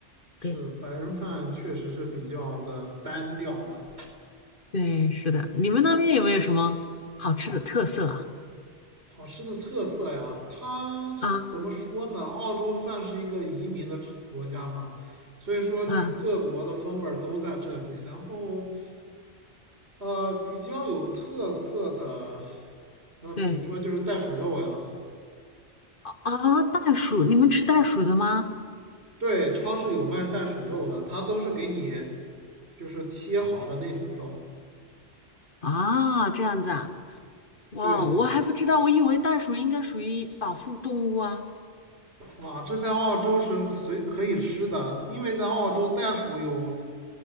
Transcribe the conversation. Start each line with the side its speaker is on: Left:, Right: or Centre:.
Right: 是白人饭确实是比较的单调吧。
Left: 对对，是的。你们那边有没有什么好吃的特色啊？
Right: 好吃的特色呀，它怎么说呢？
Left: 啊
Right: 澳洲算是一个移民的国家吧，所以说就是各国的风味儿都在这里，
Left: 啊，
Right: 然后呃比较有特色的。那比如说就是袋鼠肉呀，
Left: 对啊，袋鼠，你们吃袋鼠的吗？
Right: 对，超市有卖袋鼠肉的，它都是给你就是切好的那种肉。
Left: 啊，这样子啊。哇，
Right: 对呀，
Left: 我还不知道，我以为袋鼠应该属于保护动物啊。
Right: 哇，这在澳洲是随可以吃的，因为在澳洲袋鼠有